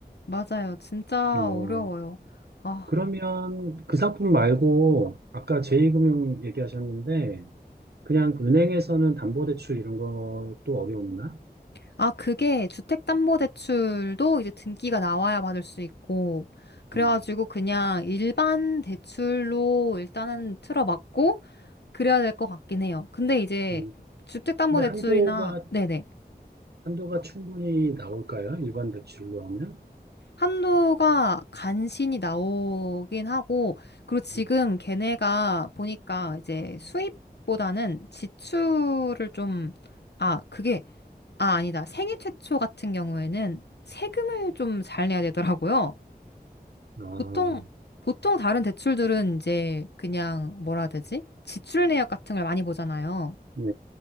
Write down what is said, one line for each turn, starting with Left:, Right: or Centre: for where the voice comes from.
Left: 맞아요. 진짜
Right: 어,
Left: 어려워요. 아.
Right: 그러면 그 상품 말고 아까 제2금융 얘기하셨는데 그냥 은행에서는 담보대출 이런 것도 어려웠나?
Left: 아, 그게 주택담보대출도 이제 등기가 나와야 받을 수 있고, 그래가지고
Right: 음,
Left: 그냥 일반 대출로 일단은 틀어막고, 그래야 될 것 같긴 해요. 근데 이제
Right: 음.
Left: 주택담보대출이나,
Right: 근데 한도가
Left: 네네.
Right: 한도가 충분히 나올까요? 일반 대출로 하면?
Left: 한도가 간신히 나오긴 하고, 그리고 지금
Right: 음.
Left: 걔네가 보니까 이제 수입보다는 지출을 좀, 아, 그게, 아, 아니다. 생애 최초 같은 경우에는 세금을 좀 잘 내야 되더라고요.
Right: 아,
Left: 보통, 보통 다른 대출들은 이제 그냥 뭐라 해야 되지? 지출 내역 같은 걸 많이 보잖아요.
Right: 네.